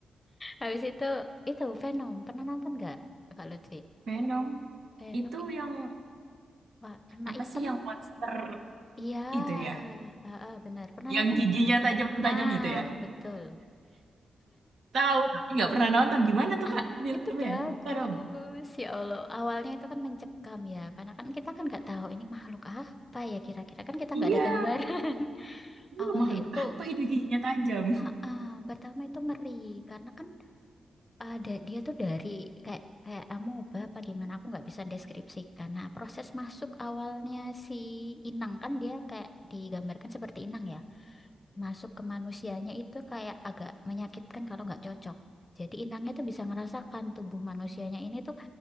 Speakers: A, on the left (about 20°); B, on the right (about 65°).
A: habis itu itu Venom. Pernah nonton nggak Kak Lutfi?
B: keren
A: Venom
B: Itu
A: i-
B: yang
A: warna
B: apa
A: hitam.
B: sih yang monster
A: Iya,
B: itu ya?
A: heeh, benar. Pernah
B: Yang
A: nonton?
B: giginya tajam-tajam
A: Nah,
B: itu ya?
A: betul.
B: Tahu tapi nggak pernah nonton. Gimana tuh
A: Ah,
B: kak filmnya?
A: itu bagus.
B: Cerita dong.
A: Ya Allah, awalnya itu kan mencekam ya, karena kan kita kan nggak tahu ini makhluk apa ya kira-kira kan kita
B: Iya,
A: nggak ada gambaran. <laughs>
B: iya
A: Awalnya
B: makhluk
A: itu,
B: apa itu giginya tajam?
A: ah, ah, pertama itu ngeri karena kan ada dia tuh dari kayak kayak amoeba apa gimana aku nggak bisa deskripsikan. Nah, proses masuk awalnya si inang kan dia kayak digambarkan seperti inang ya masuk ke manusianya itu kayak agak menyakitkan kalau nggak cocok. Jadi inangnya tuh bisa ngerasakan tubuh manusianya ini tuh